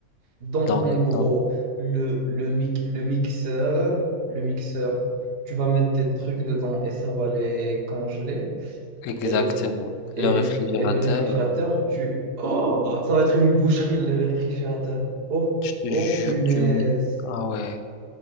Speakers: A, on the right; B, on the left.
A: Donc,
B: Donc,
A: en gros,
B: donc,
A: le, le, mic- le mixeur, le mixeur, tu vas mettre des trucs dedans et ça va les congeler.
B: exactement.
A: Et, et,
B: Le réfrigérateur,
A: le et le réfrigérateur,
B: euh,
A: tu... Oh, ça va être une boucherie, le réfrigérateur. Oh,
B: je te
A: oh,
B: jure,
A: punaise.
B: tu mets. Ah ouais,